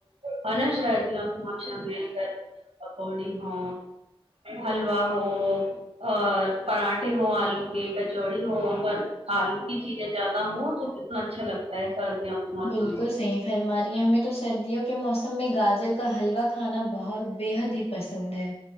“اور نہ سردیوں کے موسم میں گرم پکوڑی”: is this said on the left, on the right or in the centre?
Right